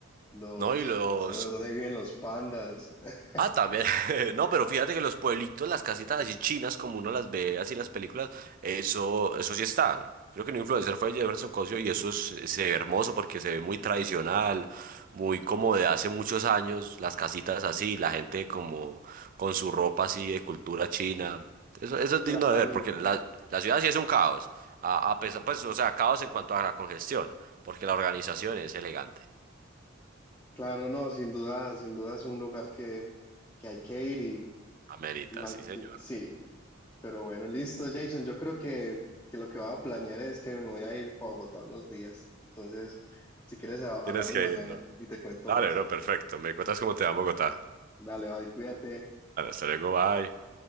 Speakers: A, on the left; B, on the right.
A: los,
B: No, y los
A: no sé, de dónde viven los pandas. <laughs>
B: Ah, también. <laughs> No, pero fíjate que los pueblitos, las casitas así chinas, como uno las ve así en las películas, eso, eso sí están. Creo que un influencer fue Jefferson Cosio y eso es, se ve hermoso porque se ve muy tradicional, muy como de hace muchos años, las casitas así, la gente como con su ropa así de cultura china. Eso, eso es
A: Claro,
B: digno de ver porque la, la ciudad sí es un caos. A, a pesar, pues, o sea, caos en cuanto a la congestión, porque la organización es elegante.
A: claro, no, sin duda, sin duda es un lugar que, que hay que ir y,
B: Amerita,
A: y más,
B: sí, señor.
A: y- sí, Pero bueno, listo, Jason. Yo creo que, que lo que voy a planear es que me voy a ir para Bogotá unos días. Entonces, si quieres, ha- hablamos
B: Tienes que
A: mañana
B: ir, bro.
A: y te cuento
B: Dale,
A: más.
B: bro, perfecto. Me cuentas cómo te va Bogotá.
A: Dale, bye, cuídate.
B: Vale, hasta luego, bye.